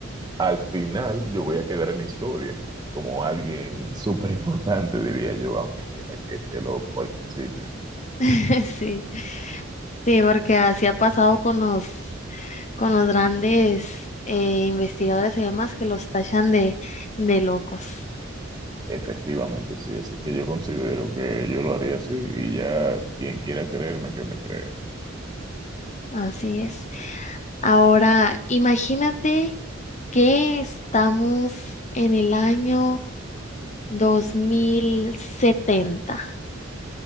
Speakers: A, on the right; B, on the left.
A: al final yo voy a quedar en la historia como alguien súper importante, diría yo, aunque crean que esté loco al principio.
B: <laughs> sí, sí, porque así ha pasado con los, con los grandes eh, investigadores y demás que los tachan de, de locos.
A: Efectivamente, sí, así que yo considero que yo lo haría así y ya quien quiera creerme, que me crea.
B: Así es. Ahora, imagínate que estamos en el año dos mil setenta